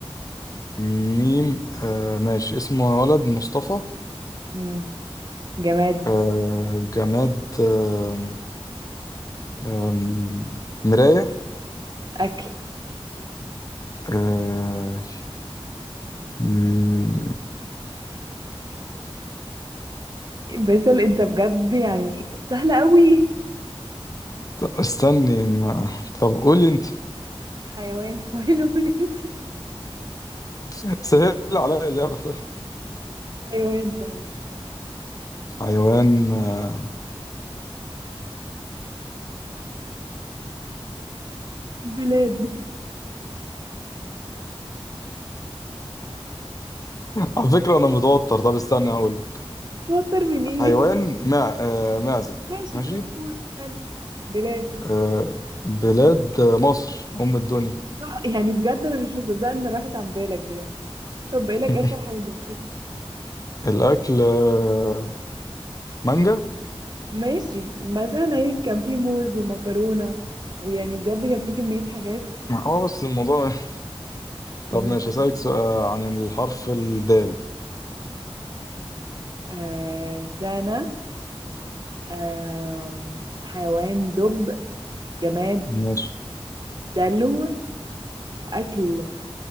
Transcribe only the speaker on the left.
ميم آه ماشي اسمه ولد مصطفى
آه جماد آه آه مراية
آه... مم،
استني ما... طب قولي انت
<laughs> سهل عليا اللعبة طيب
حيوان آه،
على فكرة أنا متوتر طب استنى هقول لك
حيوان مع... آه... معزة
ماشي
آه... بلاد آه، مصر أم الدنيا
<laughs>
الأكل آه، مانجا
اه بس الموضوع <laughs> طب
ماشي هسألك سؤال عن الحرف الدال
ماشي